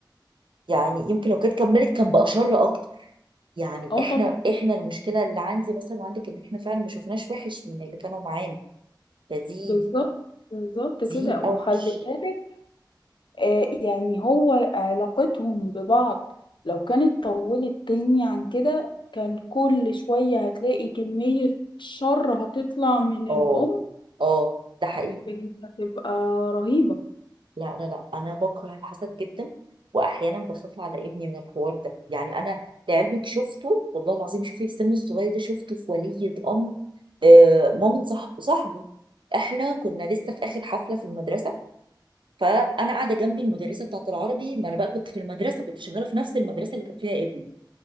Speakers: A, on the right; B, on the left.
A: يعني يمكن لو كانت كملت كان بقى شر اكتر يعني
B: اه
A: احنا
B: طبعا
A: احنا المشكله اللي عندي مثلا وعندك ان احنا فعلا ما شفناش وحش من اللي كانوا معانا فدي
B: بالظبط بالظبط كده
A: دي
B: وخلي
A: اوحش
B: بالك آه، يعني هو علاقتهم ببعض لو كانت طولت تاني عن كده كان كل شوية هتلاقي كمية شر هتطلع من
A: اه
B: الأم
A: اه ده حقيقي
B: كانت هتبقى رهيبة
A: لا لا لا انا بكره الحسد جدا واحيانا بخاف على ابني من الحوار ده يعني انا لعلمك شفته والله العظيم شوفي السن الصغير ده شفته في ولية امر آه مامة صاحب صاحبه احنا كنا لسه في اخر حفله في المدرسه فانا قاعده جنبي المدرسه بتاعه العربي ما انا بقى كنت في المدرسه كنت شغاله في نفس المدرسه اللي كان فيها ابني